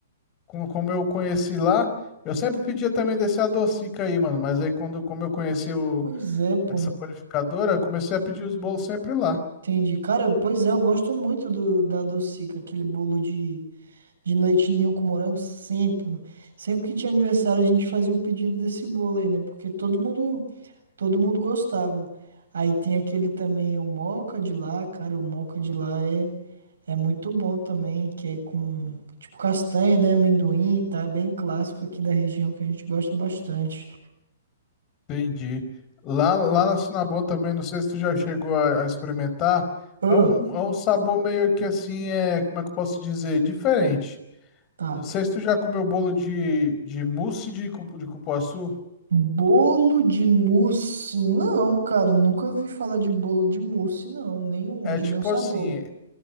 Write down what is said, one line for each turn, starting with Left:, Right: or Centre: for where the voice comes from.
Left: como, como eu conheci lá, eu sempre pedia também desse adocica aí, mano. Mas aí quando, como eu conheci o,
Right: pois é, pô.
Left: essa panificadora, eu comecei a pedir os bolos sempre lá.
Right: Entendi. Cara, pois é, eu gosto muito do, da Docica, aquele bolo de, de leite ninho com morango, sempre. mano. Sempre que tinha aniversário, a gente fazia o pedido desse bolo aí, né? Porque todo mundo, todo mundo gostava. Aí tem aquele também, o moca de lá, cara, o moca de lá é, é muito bom também, que é com, tipo, castanha, né? Amendoim, tá? Bem clássico aqui da região que a gente gosta bastante.
Left: Entendi. Lá, lá na Cinnabon também, não sei se tu já chegou a, a experimentar.
Right: Ah,
Left: É um, é um sabor meio que assim, é, como é que eu posso dizer? Diferente.
Right: tá.
Left: Não sei se tu já comeu bolo de, de mousse de, cupu- de cupuaçu.
Right: Bolo de mousse? Não, cara, nunca vi falar de bolo de mousse, não. Nenhum,
Left: É
Right: de
Left: tipo
Right: nenhum sabor.
Left: assim,